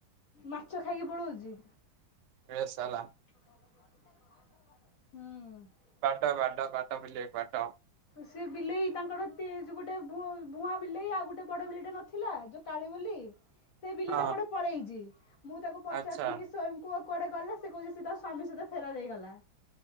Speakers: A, on the left; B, on the right.
A: ମାଛ ଖାଇକି ପଳଉଛି।
B: ହେ ସାଲା
A: <inaudible> ହୁଁ।
B: ବାଡା ବାଡା ବାଡା ବିଲେଇକୁ ବାଡା।
A: ସେ ବିଲେଇ ତାଙ୍କର ଯଉ ଗୋଟେ ଭୁଆଁ ବିଲେଇ ଆଉ ଗୋଟେ ବଡ ବିଲେଇଟେ ନଥିଲା ଯୋଉ କାଳି ବୋଲି ସେ ବିଲଟା
B: ହଁ
A: ଗୋଟେ ପଳେଇଛି ମୁଁ ତାକୁ ପଚାରୁଥିଲି
B: ଆଚ୍ଛା
A: କି ସ୍ଵୟଂକୁ କୁଆଡେ ଗଲେ ସେ କହୁଛି ସେ ତା ସ୍ଵାମୀ ସହିତ ଫେରାର ହେଇଗଲା।